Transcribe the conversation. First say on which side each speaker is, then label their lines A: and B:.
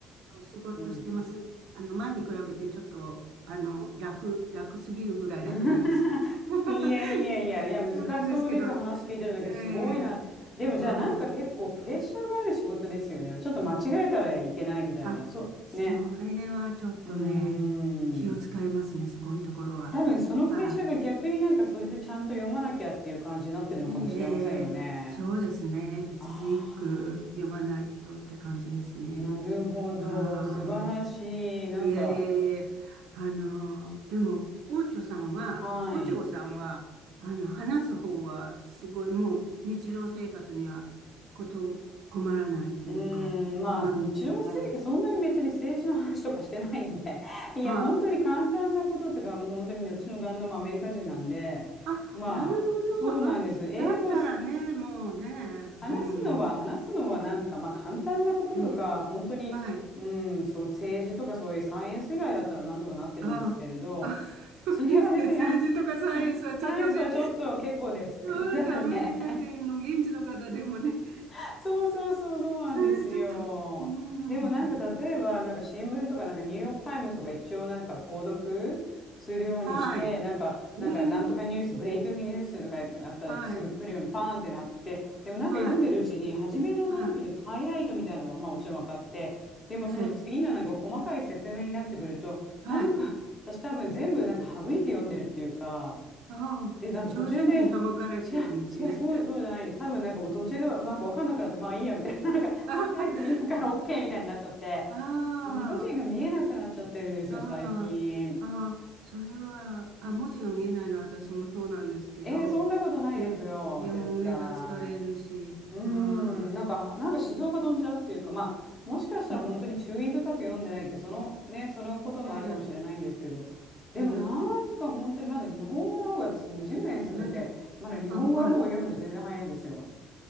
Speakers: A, on the right (about 75°); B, on the left (about 20°).
A: お仕事してます。
B: ん。
A: あの、前に比べてちょっと、あの、楽、楽すぎるぐらい楽なんです。
B: <laughs>
A: <laughs>
B: いやいやいや、いや、難しそうです。
A: そうなんですけど。
B: 話聞いてるとき、
A: いやいやいや。
B: すごいな。でもじゃあなんか結構プレッシャーがある仕事ですよね。
A: あー、
B: ちょっと間違えたらいけないみたいな。
A: あ、
B: そう、
A: それはちょっとね、
B: ね。うーん。
A: 気を使いますね、そこのところは。
B: 多分そのプレッシャーが逆になんかそれでちゃんと読まなきゃっていう感じになってるのかもしれませんよね。
A: あー、ええええそうですね。一字一句読まないとって感じですね。
B: ああ、なるほど。
A: ああ。
B: 素晴らしい。なんか、
A: いえいえいえ、あの、でも、オチョさんは、
B: はい。
A: オチョさんは、あの、話す方は、すごい、もう、日常生活には、こと、困らないっていうか、
B: うーん、まあ、
A: そうなんですよね。
B: 日常生活、そんなに別に政治の話とかしてないんで、<laughs> いや、
A: あ、
B: 本当に簡単なこととか、もう本当にね私の旦那もアメリカ人なんで、
A: あ、
B: まあ、
A: なるほど。
B: そうなんです。
A: あ、
B: 英語、
A: だったらね、もうね、うん。
B: 話すのは、話すのはなんか、まあ、簡単なこととか、
A: ええ、
B: 本当に、
A: はい。
B: うん、そう、政治とかそういうサイエンス以外だったらなんとかなってるんですけれど、
A: あ、あ、そうですね。
B: それは別にあ
A: 政治とかサイエンスはちょっとね、
B: 酸素はちょっと結構ですって感じだね。
A: ちょっとアメリカ人の現地の方でもね、
B: <laughs> そうそうそうそうなんですよ。
A: それはちょっと、うん、
B: でもなんか例えばなんか新聞とかなんかニューヨークタイムズとか一応なんか購読するようにしてなんかなんかなんとかニュースブレイキングニュースとかあったらすぐ来るようにパーンってなってでもなんか読んでるうちに初めのなんていうのハイライトみたいなのはまあもちろん分かってでもその次のなんか細かい説明になってくるとなんか私多分全部なんか省いて読んでるっていうか。
A: うんうんはい。ええすごいはい、はい、はい、ええはい。ああ、
B: で、なんか途中で、
A: 上手にはまかれてるんですね。
B: 違う、違う、そう、そうじゃないんで、多分なんかもう途中ではなんかわかんなくなって、まあいいや、みたいな、なんかハイライト見ながら
A: あ
B: OK みたいになっちゃって、
A: あ、
B: 文字が見えなくなっちゃってるんですよ、
A: ああ、
B: 最近。
A: ああ、それは、あ、文字が見えないのは私もそうなんですけど、
B: えー、そんなことないですよ、
A: いや、いや、
B: 絶対。
A: もう目が疲れるし、
B: うーん、
A: ああ、
B: なんか、なんか思想が飛んじゃうっていうか、
A: ね
B: まあ、もしかしたら本当に注意深く読んでないって、
A: ああ
B: そのね、そのこともあるかもしれないんですけど、
A: ええ
B: でもなんか本当にまだ日本語の方が私20年住んでて、
A: ええええ
B: まだ日本語の方が読むの全然早いんですよ。
A: あ、はい。